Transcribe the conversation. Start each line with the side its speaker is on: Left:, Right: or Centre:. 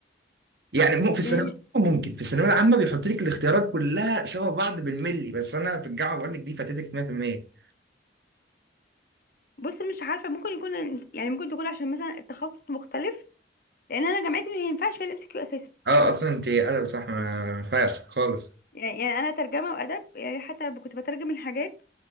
Right: يعني مو في الثانوية
Left: يعني
Right: العامة ممكن في الثانوية العامة بيحط لك الاختيارات كلها شبه بعض بالملي بس انا في الجامعة بقول لك دي فاتتك 100%
Left: بص مش عارفه ممكن يكون يعني ممكن تكون عشان مثلا التخصص مختلف لان انا جامعتي ما ينفعش فيها الام سي كيو اساسا
Right: اه اصلا انت ادب صح ما ما ينفعش خالص
Left: يعني يعني انا ترجمه وادب يعني حتى كنت بترجم الحاجات